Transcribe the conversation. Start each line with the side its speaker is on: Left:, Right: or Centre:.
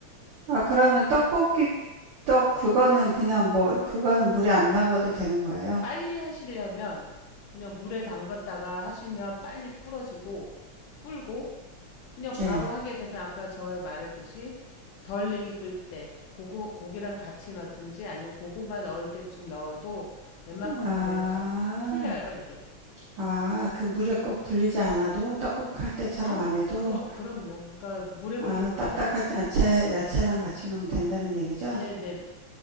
Right: 아, 그러면 떡볶이 떡 그거는 그냥 뭐 그거는 물에 안 담가도 되는 거예요?
Left: 빨리 하시려면 그냥 물에 담갔다가 하시면 빨리 불어지고 불고 그냥 바로
Right: 네.
Left: 하게 되면 아까 저 말했듯이 덜 익을 때 고구, 고기랑 같이 넣든지 아니면 고구마 넣을 때쯤 넣어도 웬만큼
Right: 아,
Left: 하면 다 풀려요, 이게.
Right: 아, 그 물에 꼭 불리지 않아도 떡국 할 때처럼
Left: 아,
Right: 안
Left: 그,
Right: 해도
Left: 그럼 그럼요. 그러니까 물에 불리는
Right: 아, 딱딱한
Left: 거는
Right: 야채 야채랑 같이 넣으면 된다는 얘기죠?
Left: 네, 네.